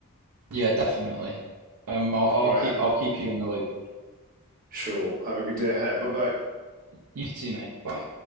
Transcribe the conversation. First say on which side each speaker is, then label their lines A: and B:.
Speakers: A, on the right; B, on the right.
A: yeah, definitely. Um, I'll, I'll
B: all right
A: keep I'll keep you in the loop.
B: sure have a good day ahead bye bye
A: You too, mate. Bye.